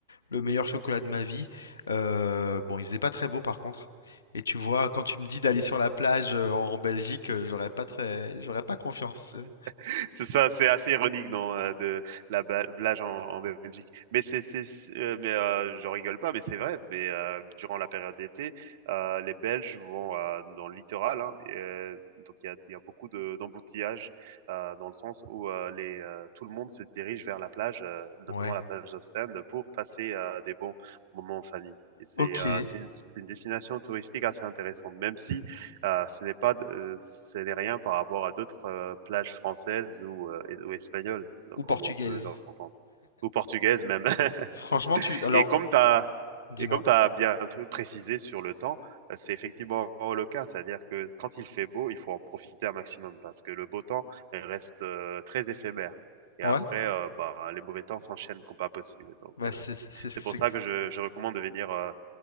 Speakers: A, on the left; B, on the right.
A: le meilleur chocolat de ma vie. Euh, bon, il faisait pas très beau par contre. Et tu vois, quand tu me dis d'aller sur la plage euh, en, en Belgique, euh, j'aurais pas très, j'aurais pas confiance. euh.
B: <laughs> c'est ça, c'est assez ironique, non, euh, de la bla- blage en, en Belgique. Mais c'est, c'est, c'est- euh, mais euh, j'en rigole pas, mais c'est vrai. Mais euh, durant la période d'été, euh, les Belges vont euh, dans le littoral, hein, et, euh, donc il y a, il y a beaucoup de, d'embouteillages euh, dans le sens où euh, les, euh, tout le monde se dirige vers la plage, euh, notamment
A: Ouais.
B: la plage d'Ostende, pour passer euh, des bons moments en famille. Et c'est,
A: Ok.
B: euh, c'est une, c'est une destination touristique assez intéressante, même si Heu, ce n'est pas de euh, ce n'est rien par rapport à d'autres, heu, plages françaises ou, heu, ou espagnoles, donc,
A: Ou
B: comme
A: portugaise.
B: on peut l'entendre, ou portugaises même. <laughs>
A: Franchement, tu. Alors,
B: Et comme tu as
A: dis-moi.
B: et comme tu as bien p précisé sur le temps, heu, c'est effectivement le cas. C'est-à-dire que quand il fait beau, il faut en profiter un maximum parce que le beau temps il reste, heu, très éphémère et
A: Ouais.
B: après, heu, bah, les mauvais temps s'enchaînent comme pas possible. Donc,
A: Bah
B: heu,
A: c'est c'est
B: c'est
A: c'est-
B: pour ça que je je recommande de venir, heu,